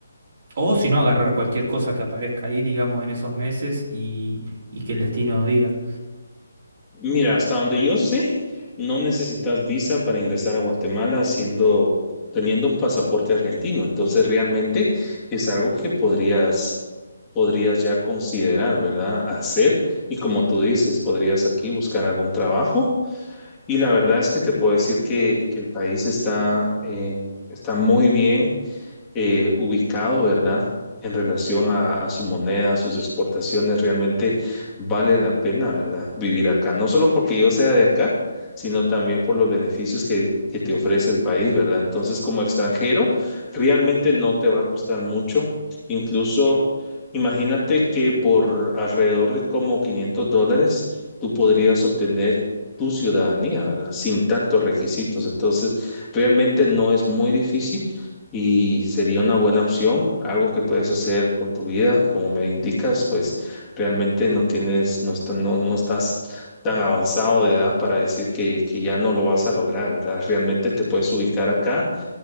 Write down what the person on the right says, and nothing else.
O si no, agarrar cualquier cosa que aparezca ahí, digamos, en esos meses y, y que el destino diga.